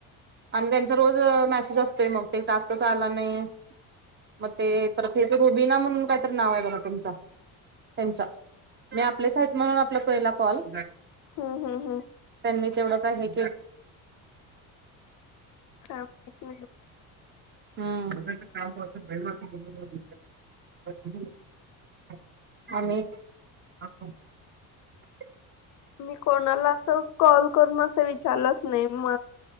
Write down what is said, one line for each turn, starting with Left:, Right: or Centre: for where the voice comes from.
Right: आणि त्यांचा रोज मेसेज असतोय मग ते टासलं तर आला नाही मग ते प्रथेच रुबीना म्हणून कायतरी नाव आहे बघा तुमच त्यांचा मी आपलेच आहेत म्हणून आपला कला कॉल
Left: हा हा हा
Right: वढं का य
Left: काय माहित नाही
Right: च का ब ब आणि
Left: मी कोणाला अस कॉल करून असं विचारलंच नाही म